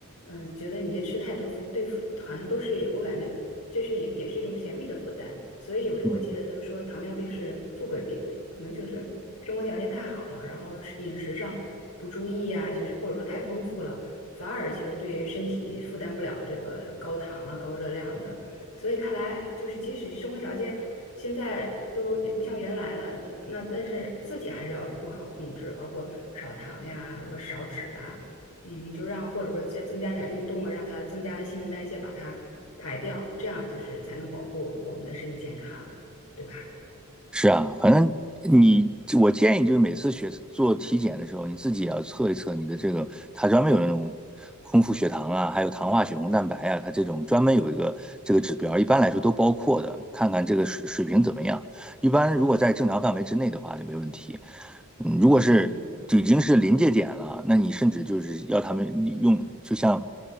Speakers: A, on the left; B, in the centre.
A: 嗯、觉得你这吃太多负对负，好像都是我感觉这是也也是一种甜蜜的负担，所以有时候我记得都说糖尿病是富贵病，
B: 嗯
A: 可能就是生活条件太好了，然后吃饮食上不注意呀、就是或者说太丰富了。反而其实对于身体负担不了这个高糖啊、高热量的。所以看来，就是即使生活条件现在都不像原来了，那但是自己还是要做好控制，包括少糖呀，或者少脂啊，嗯，就让或者说再增加点运动啊，让它增加新陈代谢，把它排掉，这样就是才能保护我们的身体健康，对吧？
B: 是啊，反正你，我建议就是每次学做体检的时候，你自己也要测一测你的这个，它专门有那种空腹血糖啊，还有糖化血红蛋白啊，它这种专门有一个这个指标，一般来说都包括的，看看这个水水平怎么样。一般如果在正常范围之内的话就没问题。嗯，如果是就已经是临界点了，
A: 嗯
B: 那你甚至就是要他们用，就像